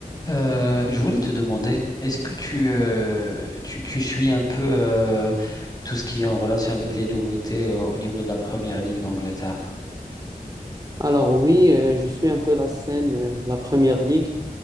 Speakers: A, on the left (about 25°); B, on the right (about 25°).
A: Euh, je voulais te demander, est-ce que tu, euh, tu, tu suis un peu euh, tout ce qui est en relation avec les nouveautés euh, au niveau de la Première Ligue d'Angleterre?
B: Alors oui, euh, je suis un peu la scène euh, de la Première Ligue.